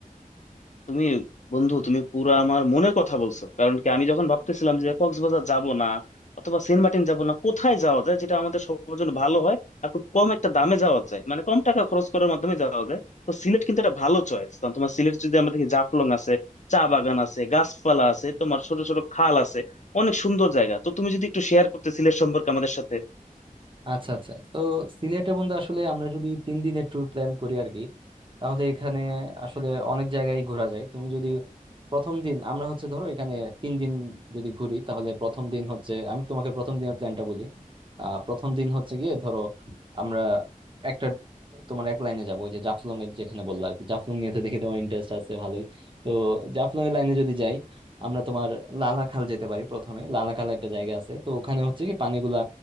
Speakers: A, on the left (about 55°); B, on the right (about 35°).
A: তুমি বন্ধু তুমি পুরো আমার মনের কথা বলছো কারণ কি আমি যখন ভাবতেছিলাম যে কক্সবাজার যাব না অথবা সেন্ট মার্টিন যাব না কোথায় যাওয়া যায় যেটা আমাদের সবার জন্য ভালো হয় আর খুব কম একটা দামে যাওয়া যায় মানে কম টাকা খরচ করার মাধ্যমে যাওয়া যায় তো সিলেট কিন্তু একটা ভালো চয়েস কারণ তোমার সিলেট যদি আমরা দেখি জাফলং আছে চা বাগান আছে গাছপালা আছে তোমার ছোট ছোট খাল আছে অনেক সুন্দর জায়গা তো তুমি যদি একটু শেয়ার করতে সিলেট সম্পর্কে আমাদের সাথে
B: আচ্ছা আচ্ছা তো সিলেটে বন্ধু আসলে আমরা যদি তিন দিনের ট্যুর প্ল্যান করি আর কি তাহলে এখানে আসলে অনেক জায়গায় ঘোরা যায় তুমি যদি প্রথম দিন আমরা হচ্ছে ধরো এখানে তিন দিন যদি ঘুরি তাহলে প্রথম দিন হচ্ছে আমি তোমাকে প্রথম দিনের প্ল্যানটা বলি আহ প্রথম দিন হচ্ছে গিয়ে ধরো আমরা একটা তোমার এক লাইনে যাবো ওই যে জাফলং এর যেখানে বললো আর কি জাফলং নিয়ে তো দেখি তোমার ইন্টারেস্ট আছে ভালোই তো জাফলং এর লাইনে যদি যাই আমরা তোমার লালাখাল যেতে পারি প্রথমে লালাখাল একটা জায়গা আছে তো ওখানে হচ্ছে কি পানিগুলা